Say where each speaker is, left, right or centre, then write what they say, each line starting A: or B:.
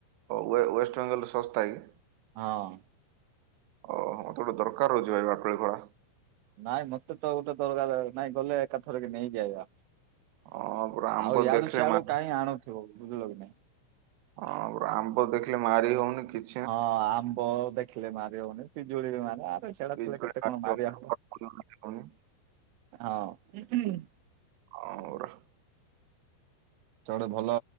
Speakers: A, on the right; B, on the right.
A: ୱେ ୱେଷ୍ଟବେଙ୍ଗଲରେ ଶସ୍ତା କି?
B: ହଁ।
A: ଓହ ମୋତେ ଗୋଟେ ଦରକାର ରହୁଛିି ବାଟୁଳି ବା।
B: ନାଇଁ ମତେ ତ ଗୋଟେ ଦରକାର ନାଇଁ ଗଲେ ଏକାଥର କି ନେଇକି ଆଇବା।
A: ହଁ ପୁରା ଆମ୍ବ
B: ଆଉ ୟାଡୁ
A: ଦେଖିଲେ
B: ସିଆଡୁ
A: ମା
B: କାଇଁ ଆଣୁଥିବ ବୁଝିଲ କି ନାଇଁ।
A: ହଁ ଆମ୍ବ ଦେଖିଲେ ମାରି ହଉନି କି
B: ହଁ ଆମ୍ବ ଦେଖିଲେ ମାରି ହଉନି ପିଜୁଳି ବି ମାର ଆରେ ସେଗୁଡା
A: ପିଜୁଳି
B: ଥିଲେ କେତେ
A: ମାରି
B: କଣ ମାରିବା
A: ହଉନି
B: ହବ
A: କଦଳୀ ମାରି ହଉନି
B: ହଁ।
A: <unintelligible>
B: ଜଣେ ଭଲ